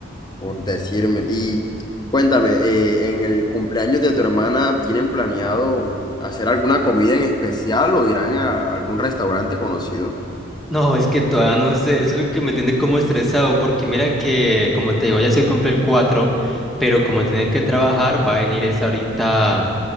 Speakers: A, on the left; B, in the centre.
A: por decirme. Y cuéntame, eh, ¿en el cumpleaños de tu hermana tienen planeado hacer alguna comida en especial o irán a algún restaurante conocido?
B: No, es que todavía no sé, eso es lo que me tiene como estresado, porque mira que, como te digo, ya se cumple el 4, pero como tiene que trabajar, va a venir es ahorita